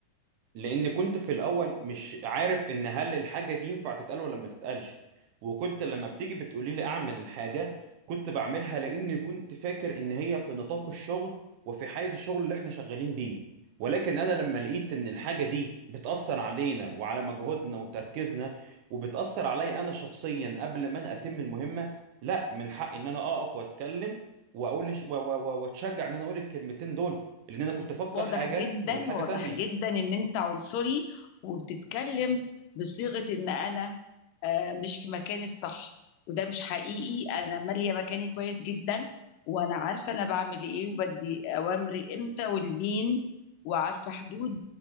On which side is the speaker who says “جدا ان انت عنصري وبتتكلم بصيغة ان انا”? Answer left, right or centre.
Left